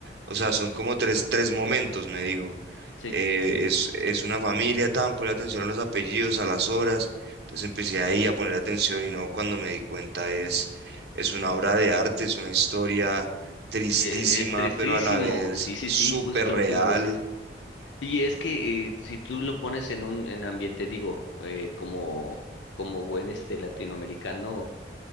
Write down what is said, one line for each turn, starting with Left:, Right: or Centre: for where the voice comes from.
Right: o sea, son como tres, tres momentos, me dijo.
Left: sí.
Right: Eh, es, es una familia tan, ponle atención a los apellidos, a las horas. Entonces empecé ahí a poner atención y no, cuando me di cuenta es, es una obra de arte, es una historia tristísima,
Left: Eh, es tristísimo,
Right: pero a la vez
Left: sí, sí,
Right: súper
Left: sí, justo
Right: real.
Left: lo que iba a decir. Y es que eh, si tú lo pones en un en ambiente, digo, eh, como, como buen este latinoamericano,